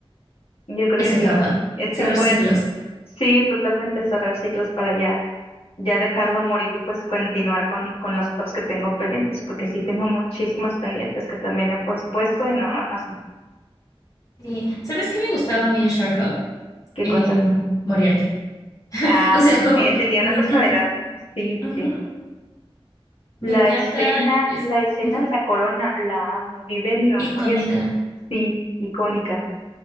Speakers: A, on the left (about 75°); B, on the left (about 35°).
A: Yo creo
B: esa
A: que sí,
B: etapa,
A: ¿no? Es
B: cerrar
A: tiempo
B: ciclos.
A: de, sí, totalmente cerrar ciclos para ya, ya dejarlo morir y pues continuar con, con las otras que tengo pendientes, porque sí tengo muchísimas pendientes que también he pues puesto y no, nada más, no.
B: Sí. ¿Sabes qué me gustaba a mí de Sherlock?
A: ¿Qué
B: Em,
A: cosa?
B: Moriarty. <laughs>
A: Ah,
B: O sea,
A: también
B: como
A: tenía
B: me
A: una personalidad,
B: encanta.
A: sí, sí,
B: Ujú.
A: sí.
B: Me
A: La
B: encanta.
A: escena,
B: Es
A: la escena
B: ujú,
A: de la corona, la amo, vive en mi memoria,
B: icónica.
A: sí, sí, icónica.